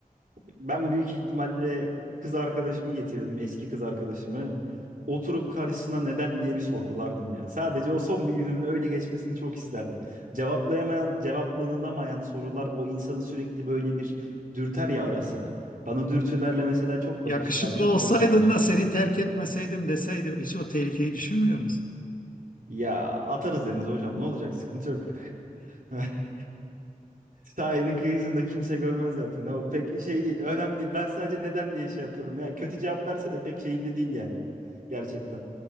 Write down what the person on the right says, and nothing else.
Ben büyük ihtimalle kız arkadaşımı getirdim, eski kız arkadaşımı. Oturup karşısına neden diye bir sorgulardım ya. Sadece o son bir günümün öyle geçmesini çok isterdim. Cevaplayamayan, cevaplanılamayan sorular o insanı sürekli böyle bir dürter ya ara sıra. Ben o dürtülerle mesela çok
başa çıkardım,
başa çıkmaya çalışırım.
Ya atarız deniz hocam ne olacak sıkıntı yok. <laughs> Sahilin kıyısında kimse görmez zaten. O pek şey değil. Önemli değil. Ben sadece neden diye şey yapıyorum. Ya kötü cevap verse de pek şeyimde değil yani. Gerçekten.